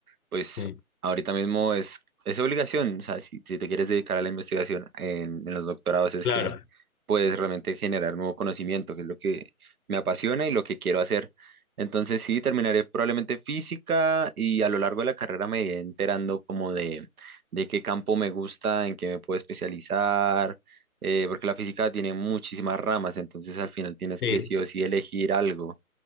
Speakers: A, on the right; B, on the left.
A: pues
B: Sí,
A: ahorita mismo es, es obligación, o sea, si, si te quieres dedicar a la investigación en, en los doctorados es
B: claro,
A: que puedes realmente generar nuevo conocimiento, que es lo que me apasiona y lo que quiero hacer. Entonces sí, terminaré probablemente física y a lo largo de la carrera me iré enterando como de, de qué campo me gusta, en qué me puedo especializar, eh, porque la física tiene muchísimas ramas, entonces al final tienes
B: sí.
A: que sí o sí elegir algo